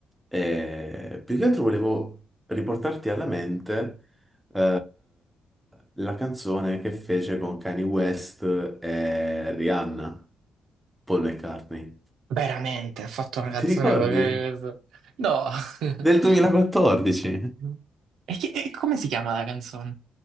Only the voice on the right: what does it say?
Veramente, ha fatto una canzone
con questo? No! <laughs>
Mm. E, chi- e come si chiama la canzone?